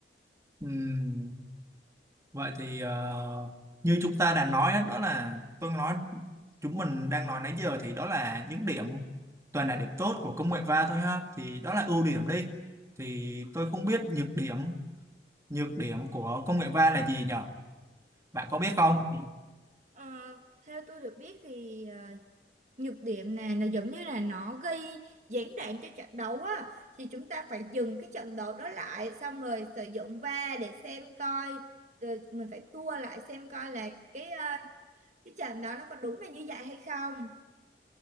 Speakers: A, on the right (about 15°); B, on the right (about 40°).
A: Ừm, vậy thì ờ, như chúng ta đã nói đó, đó là tôi nói chúng mình đang nói nãy giờ thì đó là những điểm toàn là điểm tốt của công nghệ va thôi ha thì đó là ưu điểm đi thì tôi không biết nhược điểm nhược điểm của công nghệ va là gì nhở bạn có biết không
B: Ờ, theo tôi được biết thì ờ, nhược điểm này là giống như là nó gây gián đoạn cho trận đấu á thì chúng ta phải dừng cái trận đấu đó lại xong rồi sử dụng VAR để xem coi rồi mình phải tua lại xem coi là cái ờ, cái trận đó nó có đúng là như vậy hay không